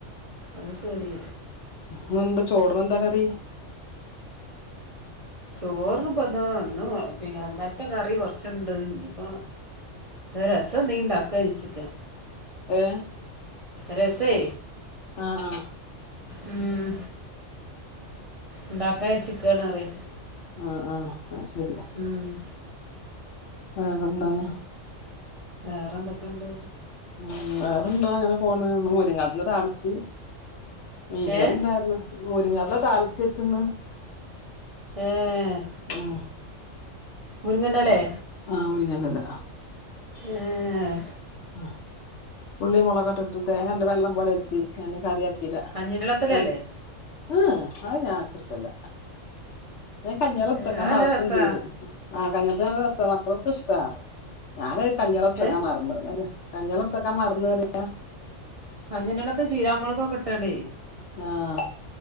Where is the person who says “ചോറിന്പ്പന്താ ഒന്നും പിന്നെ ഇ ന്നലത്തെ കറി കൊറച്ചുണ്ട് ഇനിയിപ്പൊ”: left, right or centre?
Right